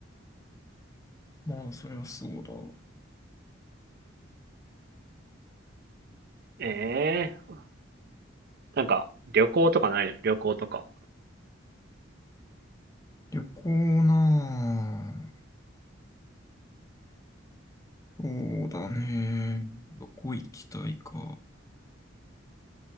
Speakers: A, on the left; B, on the right.
A: まあ、それはそうだ。
B: ええー、なんか、旅行とかないの旅行とか。
A: 旅行なあそうだね。どこ行きたいか。